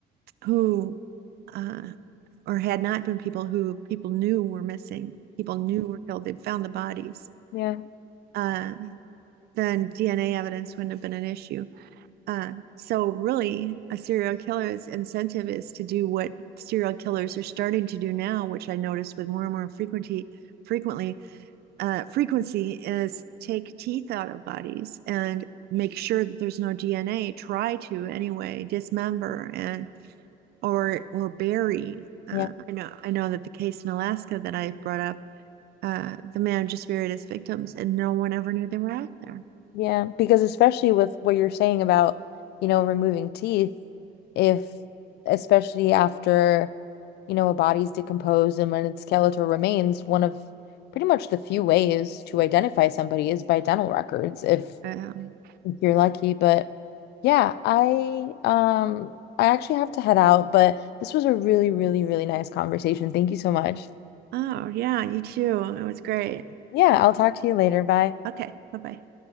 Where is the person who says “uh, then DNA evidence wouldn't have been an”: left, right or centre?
Right